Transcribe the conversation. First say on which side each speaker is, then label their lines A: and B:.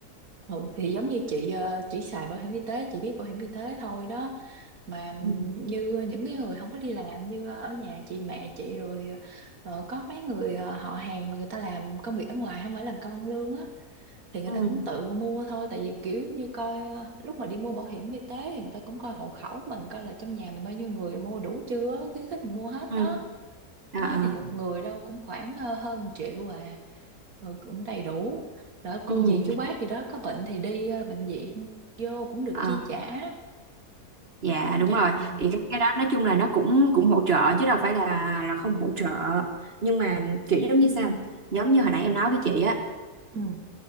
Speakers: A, on the right; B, on the right.
A: Ừ, thì giống như chị ờ, chỉ xài bảo hiểm y tế chị biết bảo hiểm y tế thôi đó mà
B: Ừ.
A: như những cái người không có đi làm như ở nhà chị mẹ chị rồi ờ, có mấy người ờ, họ hàng mà người ta làm công việc ở ngoài không phải làm công ăn lương á thì người
B: ừ
A: ta cũng tự mua thôi tại vì kiểu giống như coi ờ, lúc mà đi mua bảo hiểm y tế thì người ta cũng coi hộ khẩu mình coi là trong nhà mình bao nhiêu người mua đủ chưa á, khuyến khích mình mua hết
B: ừ
A: đó
B: à,
A: đó
B: à.
A: thì một người đâu cũng khoảng ờ, hơn triệu à rồi cũng đầy đủ đó cô
B: Ừ.
A: dì chú bác gì đó có bệnh thì đi ờ, bệnh viện vô cũng được
B: À,
A: chi trả
B: dạ đúng
A: chứ
B: rồi
A: ừ,
B: thì cái, cái đó nói chung là nó cũng cũng hỗ trợ chứ đâu phải là là không hỗ trợ nhưng mà kiểu giống như sao giống như hồi nãy em nói với chị á
A: ừ,